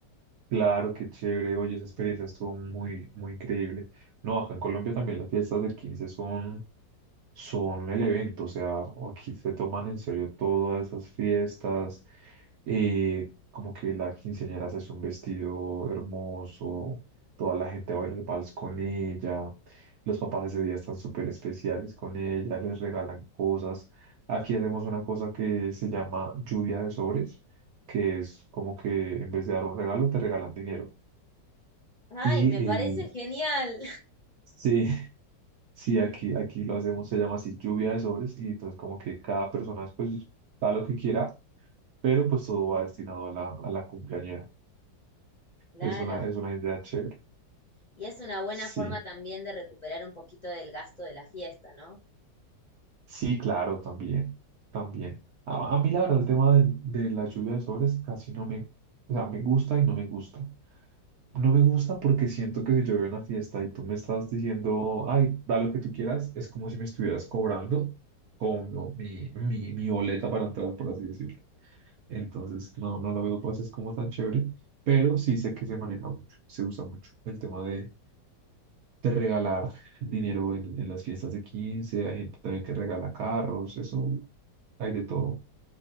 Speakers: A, on the right; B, on the left.
A: Claro, qué chévere. Oye, esa experiencia estuvo muy, muy increíble. No, acá en Colombia también las fiestas del 15 son son el evento, o sea, aquí se toman en serio todas esas fiestas, eh, como que la quinceañera se hace un vestido hermoso, toda la gente baila el vals con ella, los papás ese día están súper especiales con ella, les regalan cosas. Aquí hacemos una cosa que se llama lluvia de sobres, que es como que en vez de dar un regalo te regalan dinero.
B: Ay,
A: Y
B: me parece
A: eh,
B: genial.
A: sí, <laughs> Sí, aquí, aquí lo hacemos, se llama así lluvia de sobres y entonces como que cada persona pues da lo que quiera, pero pues todo va destinado a la, a la cumpleañera.
B: Claro.
A: Es una, es una idea chévere.
B: Y es una buena
A: Sí,
B: forma también de recuperar un poquito del gasto de la fiesta, ¿no?
A: sí, claro, también, también. A, a mí la verdad el tema de, de la lluvia de sobres casi no me, o sea, me gusta y no me gusta. No me gusta porque siento que si yo voy a una fiesta y tú me estás diciendo, ay, da lo que tú quieras, es como si me estuvieras cobrando como mi, mi, mi boleta para entrar, por así decirlo. Entonces, no, no lo veo pues es como tan chévere, pero sí sé que se maneja mucho, se usa mucho el tema de, de regalar dinero en, en las fiestas de quince hay gente también que regala carros, eso hay de todo.